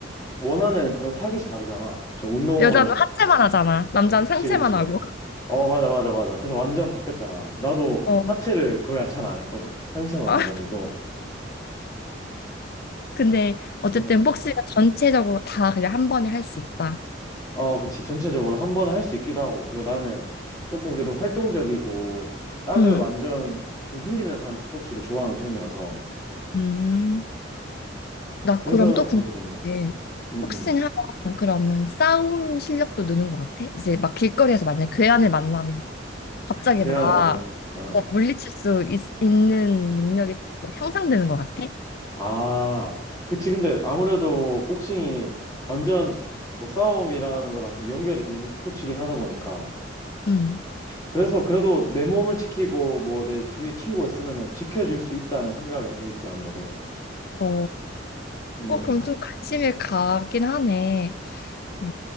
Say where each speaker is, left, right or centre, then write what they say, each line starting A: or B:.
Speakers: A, on the left; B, on the left.
A: 원하는 그런 타깃이 다르잖아. 좀 운동을,
B: 여자는 하체만 하잖아. 남자는 상체만
A: 그치, 그치.
B: 하고.
A: 어, 맞아, 맞아, 맞아. 그래서 완전 바뀌었잖아. 나도
B: 어.
A: 하체를 거의 잘 안 했거든? 상체만
B: 아,
A: 해가지고.
B: 근데 어쨌든
A: 응, 응.
B: 복싱은 전체적으로 다 그냥 한 번에 할 수 있다.
A: 어, 그치. 전체적으로 한 번에 할 수 있기도 하고. 그리고 나는 조금 그래도 활동적이고, 땀을
B: 음.
A: 완전 좀 흘리면서 하는 스포츠를 좋아하는 편이어서.
B: 음. 나
A: 그래서,
B: 그럼 또 궁금한
A: 음,
B: 게
A: 음, 음.
B: 복싱하면 그러면 싸움 실력도 느는 것 같아? 이제 막 길거리에서 만약에 괴한을 만나면 갑자기
A: 계란을
B: 막
A: 만나. 어.
B: 어, 물리칠 수 있, 는 능력이 막 향상되는 것 같아?
A: 아, 그치. 근데 아무래도 복싱이 완전 뭐 싸움이라는 거랑 좀 연결이 돼 있는 스포츠이긴 하다 보니까.
B: 음.
A: 그래서 그래도 내 몸을 지키고 뭐 내 주위에 친구가 있으면은 지켜줄 수 있다는 생각은 들지 아무래도.
B: 어,
A: 음,
B: 어, 그럼 좀 관심이 가긴 하네. 어,